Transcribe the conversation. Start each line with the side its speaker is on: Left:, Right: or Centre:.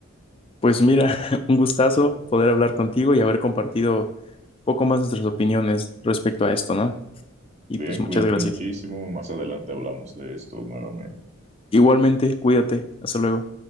Left: Pues mira, <laughs> un gustazo poder hablar contigo y haber compartido un poco más nuestras opiniones respecto a esto, ¿no? Y
Right: Bien,
Left: pues muchas
Right: cuídate
Left: gracias.
Right: muchísimo, más adelante hablamos de esto nuevamente.
Left: Igualmente, cuídate. Hasta luego.